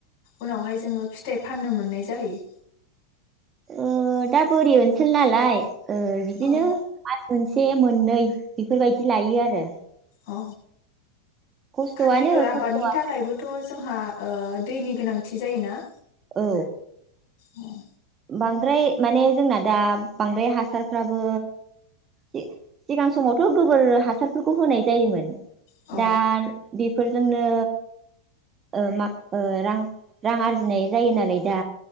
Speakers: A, on the left (about 45°); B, on the right (about 25°).
A: उनावहाय जोङो फिथाइ फाननो मोननाय जाहैयो?
B: ओह दा बोरि ओनसोल नालाय ओह बिदिनो
A: औ
B: मास मोन से मोननै बेफोरबायदि लायो आरो
A: औ
B: खस्थ'आनो
A: खांखिलर आबादनि
B: खस्थ'आ
A: थाखायबोथ' जोंहा ओ दैनि गोनांथि जायोना?
B: औ।
A: ओं।
B: बांद्राय माने जोंना दा बांद्राय हासारफ्राबो सि सिगां समावथ' गोबोर हासारफोरखौ होनाय जायोमोन।
A: औ
B: दा बि फोरजोंनो ओ मा ओ रां रां आरजिनाय जायो नालाय दा।